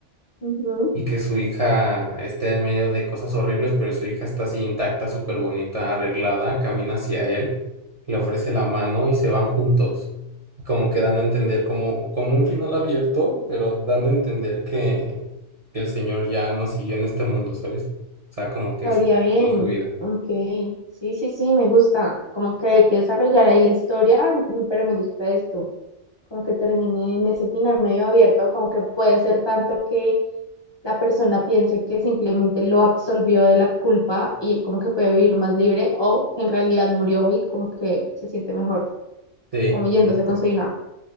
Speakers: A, on the left (about 35°); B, on the right (about 45°).
A: ujú.
B: y que su hija esté en medio de cosas horribles, pero su hija está así intacta, súper bonita, arreglada, camina hacia él, le ofrece la mano y se van juntos. Y Como que dando
A: Ok.
B: a entender como, como un final abierto, pero dando a entender que, que el Señor ya no siguió en este mundo, ¿sabes? O sea, como
A: Estaría
B: que se terminó
A: bien.
B: su vida.
A: Ok. Sí, sí, sí, me gusta. Como que hay que desarrollar ahí la historia, mm, pero me gusta esto. Como que termine en ese final medio abierto, como que puede ser tanto que la persona piense que simplemente lo absolvió de la culpa y él como que puede vivir más libre, o que en realidad murió y como que se siente mejor,
B: Sí,
A: como yéndose
B: justo,
A: con su hija.